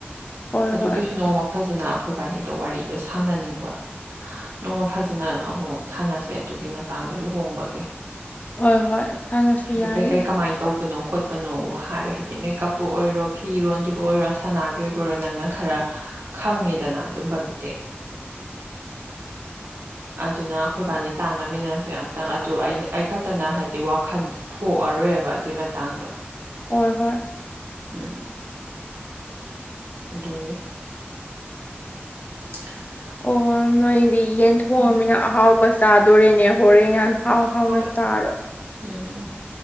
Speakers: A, on the left; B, on the right.
A: ꯍꯣꯏ
B: ꯑꯗꯨꯒꯤꯁꯨ
A: ꯍꯣꯏ
B: ꯅꯣꯡꯃ ꯐꯖꯅ ꯑꯩꯈꯣꯏꯕꯥꯅꯤꯗꯣ ꯋꯥꯔꯤꯗꯣ ꯁꯥꯟꯅꯅꯤꯡꯕ ꯅꯣꯡꯃ ꯐꯖꯅ ꯑꯃꯨꯛ ꯁꯥꯟꯅꯁꯦ ꯑꯗꯨꯒꯤ ꯃꯇꯥꯡꯗ ꯂꯨꯍꯣꯡꯕꯒꯤ
A: ꯍꯣꯏ ꯍꯣꯏ ꯁꯥꯟꯅꯁꯤ
B: ꯍꯥꯏꯗꯤ
A: ꯌꯥꯏ
B: ꯀꯩ ꯀꯩ ꯀꯃꯥꯏ ꯇꯧꯕꯅꯣ ꯈꯣꯠꯄꯅꯣ ꯍꯥꯏꯕ ꯍꯥꯏꯗꯤ ꯃꯦꯀꯞꯄꯨ ꯑꯣꯏꯔꯣ ꯐꯤꯔꯣꯟꯒꯤꯕꯨ ꯑꯣꯏꯔꯣ ꯁꯅꯥ ꯒꯤꯕꯣ ꯑꯣꯢꯔꯣ ꯅꯪꯅ ꯈꯔ ꯈꯪꯉꯦꯗꯅ ꯑꯗꯨꯝꯕꯒꯤꯗꯤ
A: <unintelligible>
B: ꯑꯗꯨꯅ ꯑꯩꯈꯣꯏ ꯏꯕꯥꯅꯤ ꯇꯥꯟꯅꯃꯤꯟꯅꯁꯦ ꯑꯝꯇꯪ ꯑꯗꯨ ꯑ ꯑꯩ ꯈꯛꯇꯅ ꯍꯥꯏꯗꯤ ꯋꯥꯈꯜ ꯊꯣꯛꯑꯔꯣꯏꯕ ꯑꯗꯨꯏ ꯃꯇꯥꯡꯗꯣ
A: ꯍꯣꯏ ꯍꯣꯏ
B: ꯎꯝ ꯑꯗꯨꯒꯤ <unintelligible>
A: ꯑꯣ ꯅꯣꯏꯗꯤ ꯌꯦꯟ ꯊꯣꯡꯉꯃꯤꯅ
B: ꯎꯝ
A: ꯑꯍꯥꯎꯕ ꯆꯥꯗꯣꯔꯦꯅꯦ ꯍꯣꯔꯦꯟ ꯌꯥꯝ ꯍꯥꯎ ꯍꯥꯎꯅ
B: ꯍꯣꯏ
A: ꯆꯥꯔꯣ
B: ꯎꯝ